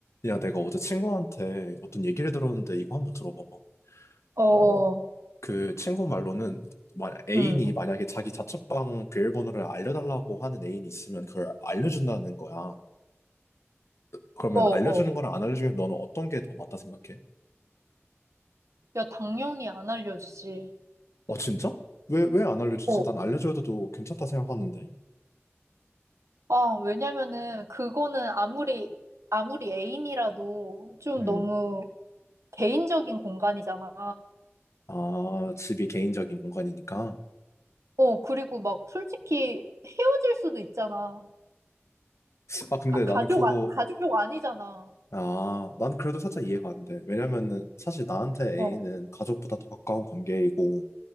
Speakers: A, on the left (about 75°); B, on the right (about 85°).
A: 야, 내가 어제 친구한테 어떤 얘기를 들었는데 이거 한번 들어봐봐.
B: 어어,
A: 어, 그 친구 말로는 만 애인이
B: 응,
A: 만약에 자기 자취방 비밀번호를 알려달라고 하는 애인이 있으면 그걸 알려준다는 거야. 그러면
B: 어어.
A: 알려주는 거랑 안 알려주면 너는 어떤 게 더 맞다 생각해?
B: 야, 당연히 안 알려주지.
A: 어, 진짜? 왜, 왜 안 알려주지?
B: 어,
A: 난 알려줘도 괜찮다 생각하는데.
B: 아, 왜냐면은 그거는 아무리, 아무리 애인이라도 좀
A: 음.
B: 너무 개인적인 공간이잖아.
A: 아, 집이 개인적인 공간이니까.
B: 어, 그리고 막 솔직히 헤어질 수도 있잖아.
A: 아, 근데
B: 가, 가족,
A: 나는 그거,
B: 아, 가족 아니잖아.
A: 아, 난 그래도 살짝 이해가 안 돼. 왜냐면은 사실 나한테 애인은
B: 어,
A: 가족보다 더 가까운 관계이고,